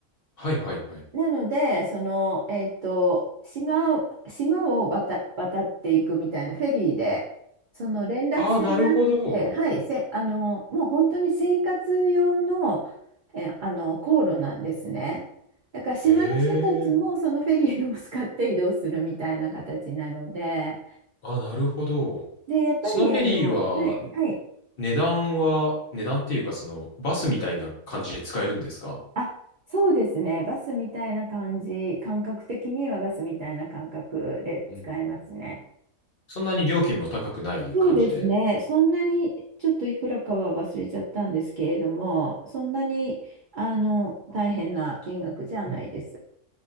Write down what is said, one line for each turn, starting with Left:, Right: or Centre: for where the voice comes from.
Left: はいはいはい。
Right: なので、その、えっと、島を、島を渡、渡っていくみたいなフェリーで、その連絡船があって、
Left: ああ、なるほど。
Right: はい、せ、あの、もう本当に生活用の、え、あの、航路なんですね。だから島の人たちもそのフェリーを使って移動するみたいな形なので、
Left: ええー、あ、なるほど。
Right: で、やっぱりあの、
Left: そのフェリーは
Right: はい、はい、
Left: 値段は、値段っていうか、その、バスみたいな感じで使えるんですか
Right: あ、そうですね、バスみたいな感じ、感覚的にはバスみたいな感覚で使いますね。
Left: うんうんうん。そんなに料金も高くない感じで、
Right: そうですね。そんなに、ちょっといくらかは忘れちゃったんですけれども、そんなに、あの、大変な金額じゃないです。
Left: うんうん。